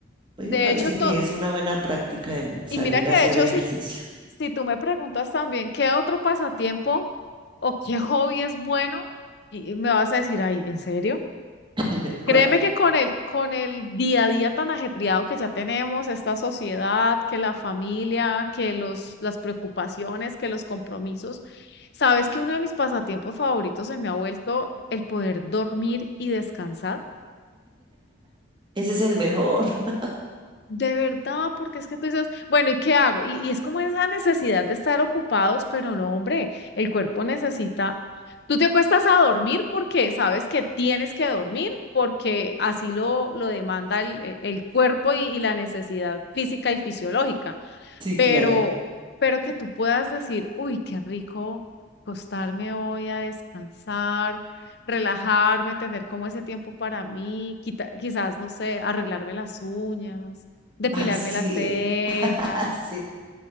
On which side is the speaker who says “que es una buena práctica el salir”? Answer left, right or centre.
Right